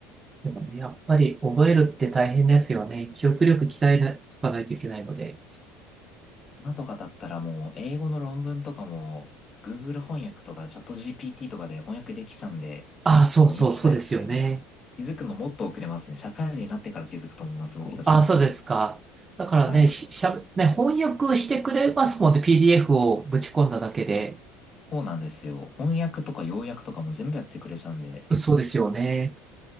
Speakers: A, on the right; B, on the left.
A: でもね、やっぱり覚えるって大変ですよね。記憶力鍛えなとかないといけないので。
B: 今とかだったらもう英語の論文とかも Google 翻訳とかチャット GPT とかで翻訳できちゃうんで、
A: ああ、そうそうそうですよね。
B: 多分今の大学生も気づくのもっと遅れますね。社会人になってから気づくと思います、僕たちの世代は。
A: ああ、そうですか。だからね、
B: はい。
A: し、しゃべ、ね、翻訳してくれますもんね。PDF をぶち込んだだけで。
B: そうなんですよ。翻訳とか要約とかも全部やってくれちゃうんで、
A: そうですよね。